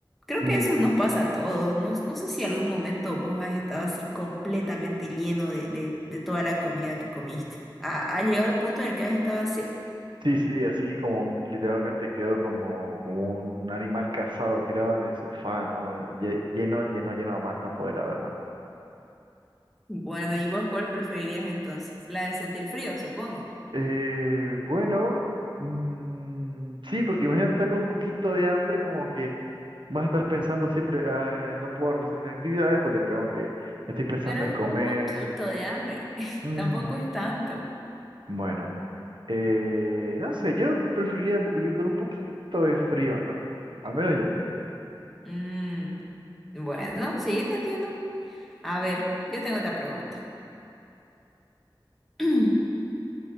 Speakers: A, in the centre; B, on the right.
A: Creo
B: Mm.
A: que eso nos pasa a todos. No, no sé si en algún momento vos has estado así completamente lleno de, de- de toda la comida que comiste. ¿Ha, ha llegado al punto en el que has estado así?
B: Sí, sí, así como literalmente quedó como, como un animal cazado tirado en el sofá, ¿no? Lle- Lleno, lleno, lleno a más no poder, la verdad.
A: Bueno, ¿y vos cuál preferirías entonces? La de sentir frío, supongo.
B: Eh, bueno, mm, sí, porque imagínate estar con un poquito de hambre, como que vas a estar pensando siempre, "Ay, no puedo realizar mis actividades porque tengo que, estoy pensando
A: Pero es
B: en comer.
A: un poquito de hambre. <laughs>
B: Mm.
A: Tampoco es tanto.
B: Bueno, eh, no sé, yo preferiría co- vivir con un poquito de frío, ¿no? Al menos yo.
A: Mm, bueno, sí, te entiendo. A ver, yo tengo otra pregunta. <clears throat>